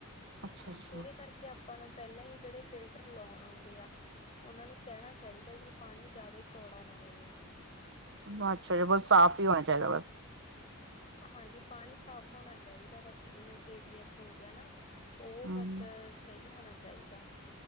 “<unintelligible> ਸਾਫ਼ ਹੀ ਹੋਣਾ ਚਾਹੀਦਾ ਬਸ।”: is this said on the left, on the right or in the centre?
Right